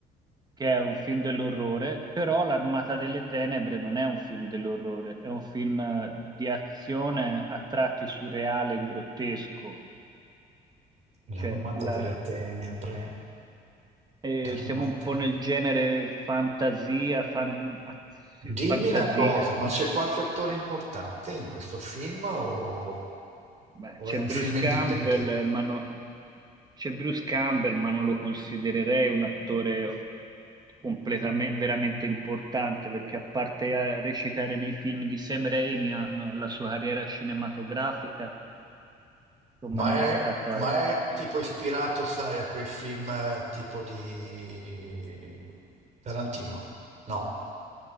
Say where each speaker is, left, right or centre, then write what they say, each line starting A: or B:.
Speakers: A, on the right; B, on the right.
A: che è un film dell'orrore, però L'Armata delle Tenebre non è un film dell'orrore, è un film eh, di azione a tratti surreale e grottesco.
B: L'armata
A: Cioè, la-
B: delle tenebre,
A: Eh,
B: l'armata...
A: siamo un po' nel genere fantasia, fan- azio-
B: Dimmi
A: fantasia.
B: una cosa, ma c'è qualche attore importante in questo film o,
A: Beh,
B: o
A: c'è
B: è un
A: Bruce
B: film indipendente?
A: Campbell, ma no- c'è Bruce Campbell, ma non lo considererei un attore completamente, veramente importante, perché a parte a recitare nei film di Sam Raimi, ah, no, la sua carriera cinematografica, insomma,
B: Ma
A: non
B: è,
A: è stata
B: ma è tipo ispirato, sai, a quei film eh, tipo di Tarantino? No,